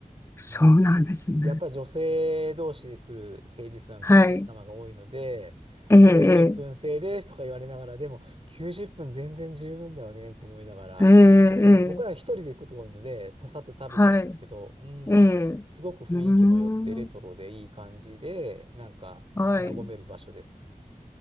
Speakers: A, on the left; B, on the right.
A: そうなんですね。
B: うん。やっぱり女性同士で来る平日なんかお客様が多いので、
A: はい。ええ、
B: 90分制ですとか言われながら、でも90分全然十分だよねと思いながら、
A: ええ、ええ、
B: うん、僕は一人で行くことが多いので、
A: ええ
B: ささっと食べちゃうんですけど、
A: はい。
B: うん、
A: ええ、うーん、
B: すごく雰囲気も良くて、レトロでいい感じで、なんか和める場所です。
A: はい。